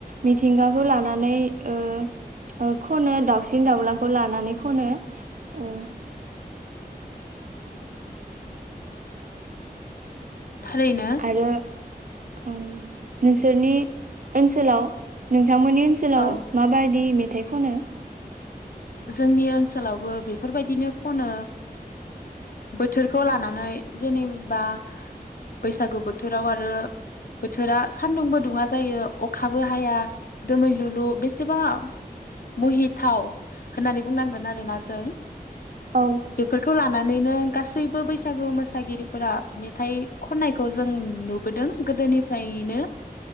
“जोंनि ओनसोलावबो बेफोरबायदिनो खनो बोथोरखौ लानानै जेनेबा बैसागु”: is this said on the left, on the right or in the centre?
Left